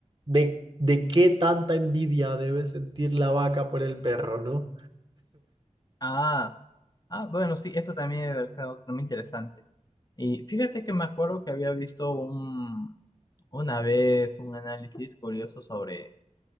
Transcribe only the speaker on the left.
Ah, ah, bueno, sí, eso también debe ser otro tema interesante. Y fíjate que me acuerdo que había visto un, una vez un análisis curioso sobre